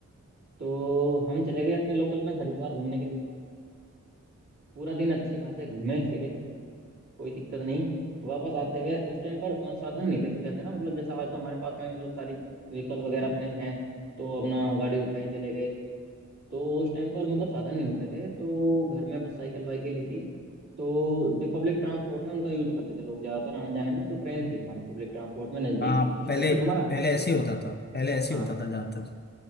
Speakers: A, on the right (about 60°); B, on the left (about 35°).
A: तो हम चले गए अपने लोकल में हरिद्वार घूमने के लिए पूरा दिन अच्छे खासे घूमे फिरे कोई दिक्कत नहीं वापस आते हुए उस टाइम पर अ, साधन नहीं थे कुछ ऐसे ना मतलब जैसा आज तो हमारे पास में मतलब सारी व्हीकल वगैरह अपने हैं तो अपना गाड़ी उठाई चले गए तो उस टाइम पर मतलब साधन नहीं होते थे तो घर में बस साइकिल वाइकिल ही थी तो जो पब्लिक ट्रांसपोर्ट है उनका यूज करते थे लोग ज्यादातर आने जाने में तो ट्रेन थी हमारे पब्लिक ट्रांसपोर्ट में नजदीक
B: हाँ
A: स्टेशन
B: पहले
A: हमारा
B: पहले ऐसे ही होता था पहले ऐसे
A: हाँ
B: ही होता था ज्यादातर